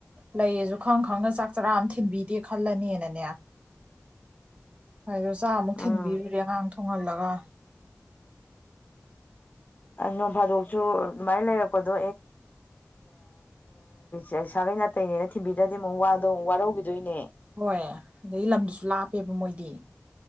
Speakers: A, on the right; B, on the left.
A: ꯂꯩꯌꯦꯁꯨ ꯈꯪ ꯈꯪꯅ ꯆꯥꯛ ꯆꯔꯥ ꯑꯃ ꯊꯤꯟꯕꯤꯗꯦ ꯈꯜꯂꯅꯤꯅꯅꯦ ꯍꯥꯏꯗꯣ ꯆꯥꯃꯨꯛ ꯊꯤꯟꯕꯤꯔꯨꯔꯦ
B: ꯎꯝ
A: ꯑꯉꯥꯡ ꯊꯣꯡꯍꯜꯂꯒ
B: ꯅꯣꯡ ꯐꯥꯗꯣꯛꯁꯨ ꯑꯗꯨꯃꯥꯏꯅ ꯂꯩꯔꯛꯄꯗꯣ ꯑꯦ ꯁꯥꯒꯩ ꯅꯥꯇꯩꯅꯦꯅ ꯊꯤꯟꯕꯤꯗ꯭ꯔꯗꯤ ꯑꯃꯨꯛ ꯋꯥꯗꯣ ꯋꯥꯔꯧꯈꯤꯗꯣꯏꯅꯦ
A: ꯍꯣꯏ ꯑꯗꯒꯤ ꯂꯝꯗꯨꯁꯨ ꯂꯥꯞꯄꯦꯕ ꯃꯣꯏꯗꯤ